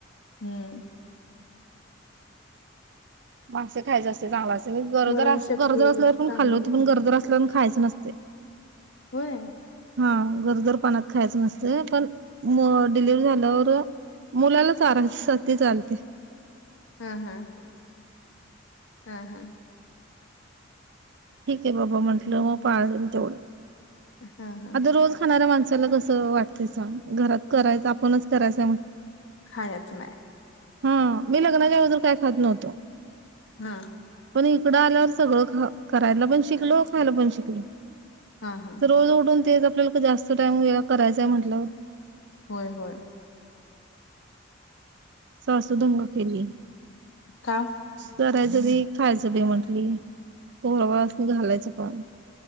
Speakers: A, on the left (about 85°); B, on the right (about 65°).
A: हम्म
B: मासे खायचे असतात चांगल असतय गरोदरअस
A: स्मरण शक्ती
B: गरोदर असल्यावर पण
A: चांगली
B: खाल्ल होत
A: होते
B: पण गरोदर असल्या खायच नसतंय.
A: होय.
B: हा गरोदर पणात खायचं नसतय पण डिलिव्हरी झाल्यावर मुलाला चारायसाठीचं आलते.
A: ह ह ह, ह.
B: ठीक हाय बाबा म्हटलं पाळन तेवढं.
A: हा हा
B: आता रोज खाणाऱ्या माणस साला कस वाटतयं सांग. घरात करायच आपणच करायच.
A: खायाच नाही.
B: हा. मी लग्नाच्या अगोदर काय खात नव्हतो.
A: हा.
B: पण इकडं आल्यावर सगळं खा करायला पण शिकलो. खायला पण शिकलो.
A: हा हा
B: तर रोज उठून- - तेच आपल्याला जास्त टाईम वेळा करायचांय म्हटल्यावर
A: होय होय.
B: सासू दंगा केली.
A: का?
B: करायचं बी खायचं बी म्हंटली. पोरा बाळासनी घालायचं पण --